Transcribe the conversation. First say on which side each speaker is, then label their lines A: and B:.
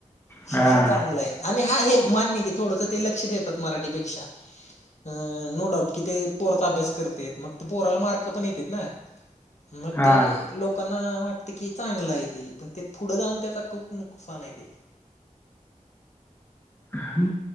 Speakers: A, on the left; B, on the left.
A: शिक्षण
B: हा
A: चांगलं आहे आणि हा हे मान्य की थोडंस ते लक्ष देतात मराठीपेक्षा अं नो डाऊट कि ते पोराचा अभ्यास करत मग ते पोराला मार्क पण येतेत ना मग
B: हा
A: ते लोकांना वाटतें की चांगलं आहे ते पण ते पुढं जाऊन त्याच खूप नुकसान आहे ते
B: ह